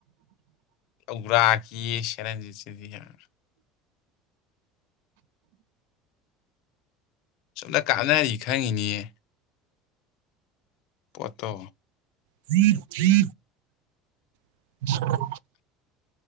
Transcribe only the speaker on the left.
ꯎ꯭ꯔꯥ ꯑꯀꯤ ꯌꯦ ꯁꯦꯔꯦꯟꯖ ꯎꯆꯔ ꯁꯣꯝꯗ ꯀꯥꯟꯅꯔꯤ ꯈꯪꯉꯤꯅꯤꯌꯦ ꯄꯠꯇꯣ